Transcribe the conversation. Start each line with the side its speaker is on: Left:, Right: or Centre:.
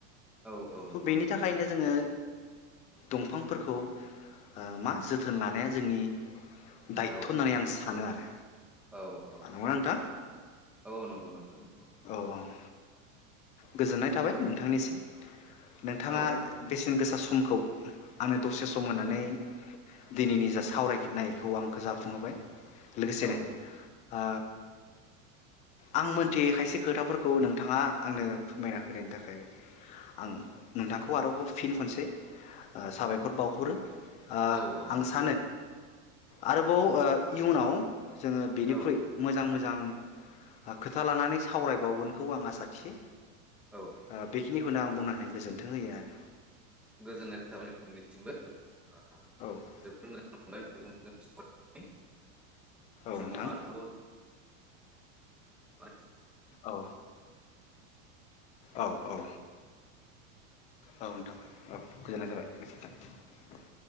Centre: औ औ
Left: थ
Centre: नंगौ
Left: बेनि
Centre: नोंथां
Left: थाखायनो जोङो दंफांफोरखौ ओ मा जोथोन लानाया जोंनि दायथ'
Centre: औ
Left: होननानै आं सानो आरो
Centre: औ औ
Left: नंगौना नोंथां
Centre: औ नंगौ नोंथां नंगौ
Left: औ औ ओ गोजोननाय थाबाय नोंथांनिसिम नोंथाङा
Centre: औ
Left: बेसे न गोसा समखौ आंनो दसे सम होनानै
Centre: औ
Left: दिनैनि जा सावरायनायखौ आंखौ जाफुंहोबाय लोगोसेनो
Centre: औ
Left: आ आं मोनथियै खायसे खोथाफोर खौ नोंथाङा आंनो फोरमायना होनायनि थाखाय आं नोंथांखौ आरोबाव फिन खनसे साबायखर बावहरो आ
Centre: औ औ
Left: आं
Centre: नोंथां
Left: सानो आरोबाव ओ इयुनाव जोङो बेनिख्रुइ
Centre: औ
Left: मोजां मोजां मोजां ओ खोथा लानानै सावरायबावगोन खौ आं आसा थियो
Centre: औ
Left: ओ बे खिनिखौनो आं बुंनानै गोजोन्थों होयो आरो।
Centre: गोजोननाय थाबाय नोंथांनिसिमबो <unintelligible>
Left: औ
Centre: जोबोद मोजां मोनबाय नोंथांजों <unintelligible> <unintelligible> बे
Left: औ
Centre: समाव
Left: नोंथां
Centre: आरोबाव <unintelligible> <unintelligible>
Left: औ। औ औ। औ नोंथां औ गोजोननाय थाबाय। गोजोनथों।